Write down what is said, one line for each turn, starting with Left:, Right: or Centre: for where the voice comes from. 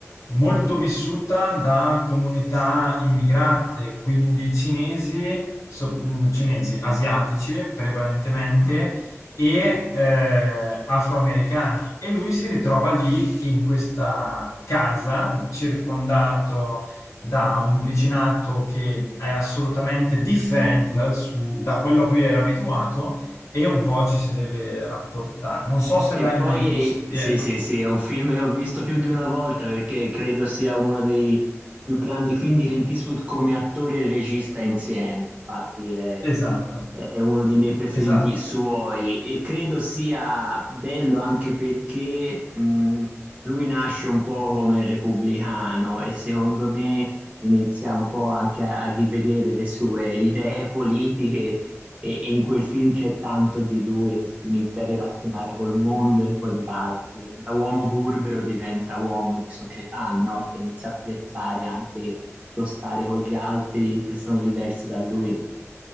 Left: molto vissuta da comunità immigrate, quindi cinesi, so- mh, cinesi, asiatici prevalentemente e eh, afroamericani. E lui si ritrova lì in questa casa circondato da un vicinato che è assolutamente differente dal suo, da quello a cui era abituato e un po' ci si deve rapportare. Non so se
Right: E
Left: l'hai
Right: poi,
Left: mai visto. che
Right: eh, sì,
Left: è-
Right: sì, sì, è un film che ho visto più di una volta perché credo sia uno dei più grandi film di Clint Eastwood come attore e regista insieme. Infatti è,
Left: Esatto,
Right: è uno dei miei preferiti
Left: esatto.
Right: suoi e credo sia bello anche perché mh, lui nasce un po' come repubblicano e secondo me inizia un po' anche a, a rivedere le sue idee <laughs> politiche e, e in quel film c'è tanto di lui che si inizia a relazionare col mondo e con gli altri. Da uomo burbero diventa uomo di società, no? Che inizia a apprezzare anche lo stare con gli altri che sono diversi da lui.